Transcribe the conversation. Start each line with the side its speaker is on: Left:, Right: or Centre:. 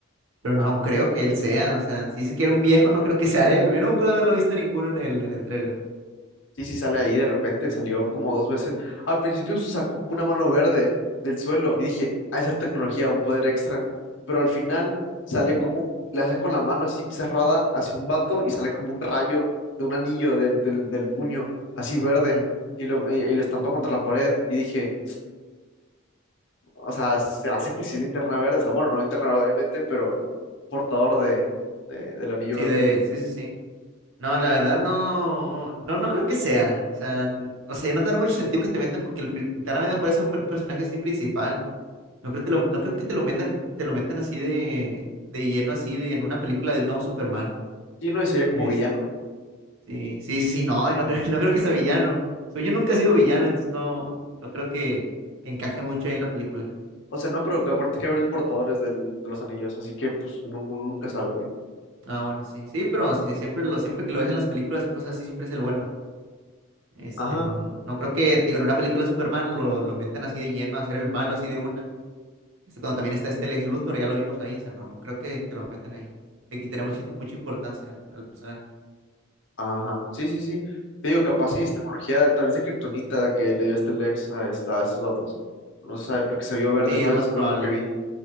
Right: Pero
Left: Ajá.
Right: no creo que él sea. O sea, si dices que era un viejo, no creo que sea él. Yo no me acuerdo de haberlo visto ninguno en el, en el tráiler.
Left: Sí, sí, sale ahí de repente, salió como dos veces. Al principio sacó como una mano verde del suelo y dije, ha de ser tecnología, un poder extra. Pero al final sale como, le hace con la mano así cerrada hacia un vato y sale como un rayo de un anillo del, del, del puño, así verde,
Right: Ujú.
Left: y lo, y y lo estampa contra la pared. Y dije, O sea, se hace que sí linterna verde, o sea, bueno, no linterna verde obviamente, pero portador de, de- del anillo
Right: Sí,
Left: verde.
Right: de. Sí, sí, sí. No, la verdad no, no, no creo que sea. O sea, n- o sea, no tiene mucho sentido que te metan porque el pri- Linterna Verde puede ser un, per- un personaje así principal. No creo, te lo, no creo que te lo metan, te lo metan así de, de lleno, así de, en una película de un nuevo Superman.
Left: Sí, no, y se veía como
Right: Este,
Left: villano.
Right: sí, sí, sí, sí, no, y no, creo- <laughs> no creo que sea villano. Según yo nunca he sido villano, entonces no, no creo que, que encaje mucho ahí en la película.
Left: O sea, no, pero acuérdate que hay varios portadores del- de los anillos, así que pues nu- uno nunca sabe, güey.
Right: Ah, bueno, sí, sí, pero sí, sí, siempre, lo, siempre que lo ves en las películas o cosas así, siempre es el bueno. Este,
Left: Ajá,
Right: no, no creo que, digo, en una película de Superman lo, lo metan así de lleno a ser el malo así de una. Este, cuando también está este Lex Luthor, ya lo vimos ahí, o sea, no, no creo que te lo metan ahí. Le quitaría mucha, mucha importancia al al personaje.
Left: ajá. Sí, sí, sí. Te digo, capaz sí es tecnología, tal vez de kriptonita que le dio este Lex a, esta, a estos vatos. No se sabe porque se vio verde,
Right: Sí,
Left: ¿sabes?
Right: es lo más
Left: Es
Right: probable.
Left: lo único que vi.